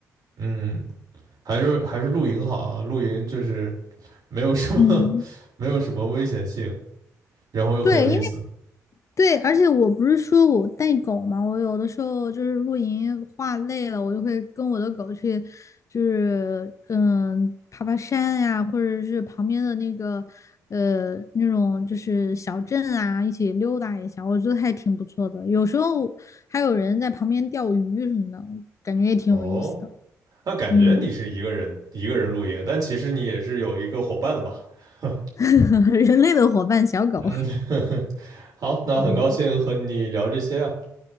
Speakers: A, on the right; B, on the left.
A: 嗯。还是还是露营好啊，露营就是没有什么
B: 嗯，
A: <laughs> 没有什么危险性，然后又很有意思。
B: 对，因为对，而且我不是说我带狗嘛，我有的时候就是露营画累了，我就会跟我的狗去，就是嗯爬爬山呀、或者是旁边的那个呃那种就是小镇啊，一起溜达一下，我觉得还挺不错的。有时候还有人在旁边钓鱼什么的，感觉也挺有意思的。
A: 哦，那感觉你是一个人一个人露营，
B: 嗯，
A: 但其实你也是有一个伙伴的嘛。<laughs>
B: <laughs> 人类的伙伴小狗。
A: 嗯，<laughs> 好，那很高兴和你聊这些啊。
B: 嗯